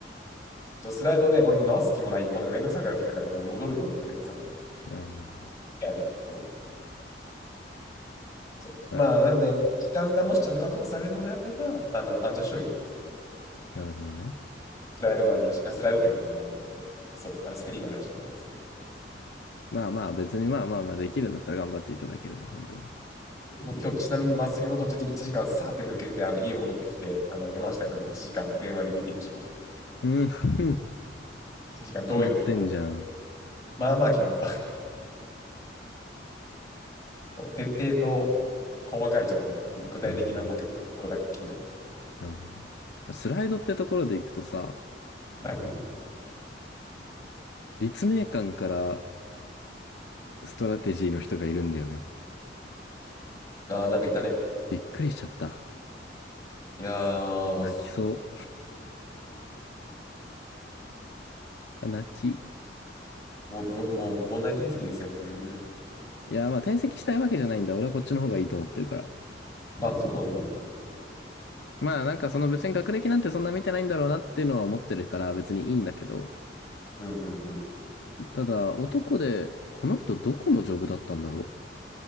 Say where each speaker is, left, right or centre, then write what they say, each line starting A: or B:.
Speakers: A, on the left; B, on the left.
A: ちょスライドね、俺も直す気もない。もうなんかめんどくさくなってきたから、もう戻るのもめんどくさくなってきた。
B: まあまあま
A: いや、と思って、そう。そう。まあ、
B: あ
A: なんで、時間がもしちゃんと確保されるのであれば、あの、アンジャッシュをやります。
B: なるほどね。
A: スライドがあるらしい。あスライドってか、えっと、そう、あのスクリーンがあるらしいので、そう
B: まあまあ、別にまあまあまあ、できるんだったら頑張っていただければ、本当に。
A: もう今日ちなみに祭りの途中で1時間さーって抜けて、あの家戻ってきて、あの山下君と1時間電話でミーティングしました。
B: うん、<laughs>
A: 1時間どういうのに行ったの
B: 決まってんじゃん。
A: まあまあ決まった。<laughs> 徹底と細かいちょっと具体的なボケをだけ決めた。
B: うん、なるほどね。スライドってところでいくとさ、
A: はい、
B: 立命館からストラテジーの人がいるんだよね。
A: ああ、なんかいたね。
B: びっくりしちゃった。
A: いやー、
B: 泣きそう。悲ちい。
A: もう部門もう部門内転籍ですよ。うん。
B: いや、まあ転籍したいわけじゃないんだ。俺はこっちの方がいいと思ってるから。
A: あ、そうなんだ。
B: まあなんかその別に学歴なんてそんな見てないんだろうなっていうのは思ってるから別にいいんだけど、
A: うんうんうん。
B: ただ男でこの人どこのジョブだったんだろうっ